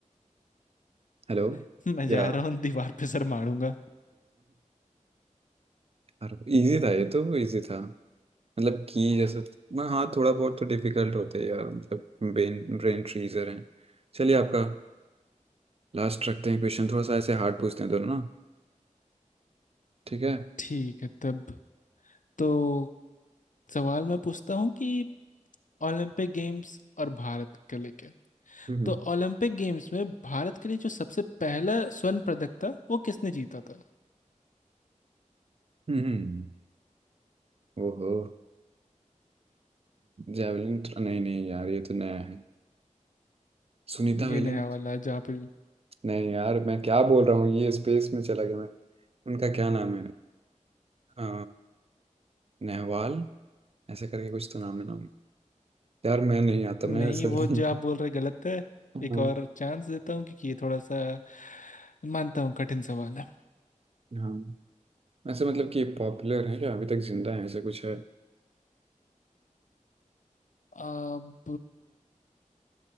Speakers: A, on the right; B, on the left.
A: हेलो
B: <laughs> मैं जा
A: या
B: रहा हूँ दीवार पे सर मारूंगा
A: अरे इजी था ये तो इजी था मतलब की जैसे मैं हाँ थोड़ा बहुत तो डिफिकल्ट होते हैं यार मतलब ब्रेन ब्रेन फ्रीजर हैं चलिए आपका लास्ट रखते हैं क्वेश्चन थोड़ा सा ऐसे हार्ड पूछते हैं दोनों ना ठीक है हम्म
B: ठीक है तब तो सवाल मैं पूछता हूँ कि ओलंपिक गेम्स और भारत के लेके
A: हम्म
B: तो ओलंपिक गेम्स में भारत के लिए जो सबसे पहला स्वर्ण पदक था वो किसने जीता था
A: हम्म, हम्म। ओहो जैवलिन नहीं नहीं यार ये तो नया है सुनीता
B: ये
A: विलियम्स
B: नया वाला है जो आप
A: नहीं यार मैं क्या बोल रहा हूँ ये स्पेस में चला गया मैं उनका क्या नाम है अ, नेहवाल ऐसे करके कुछ तो नाम है नाम यार मैं नहीं आता
B: नहीं
A: मैं सच
B: वो जो
A: <laughs> में-
B: आप बोल रहे गलत है
A: हाँ
B: एक और चांस देता हूँ क्योंकि ये थोड़ा सा मानता हूँ कठिन सवाल है
A: हाँ ऐसे मतलब कि पॉपुलर है क्या अभी तक जिंदा है ऐसा कुछ है
B: अब